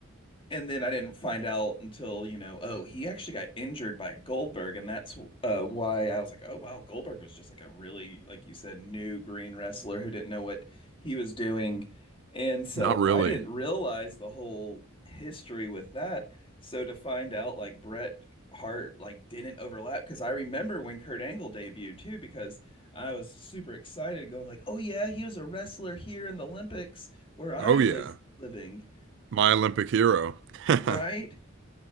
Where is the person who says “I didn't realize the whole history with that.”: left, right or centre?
Left